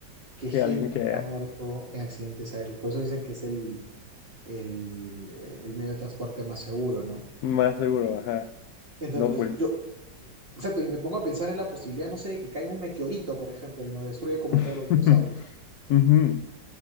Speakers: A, on the right; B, on the left.
A: que
B: Que
A: gente
B: alguien que
A: que ha muerto en accidentes aéreos. Por eso dicen que es el, el, eh, el medio de transporte más seguro, ¿no?
B: más seguro, ajá.
A: Entonces,
B: No, pues.
A: yo, exacto, y me pongo a pensar en la posibilidad, no sé, de que caiga un meteorito, por ejemplo, y nos destruya como
B: <laughs>
A: a todos los dinosaurios.
B: Ujú,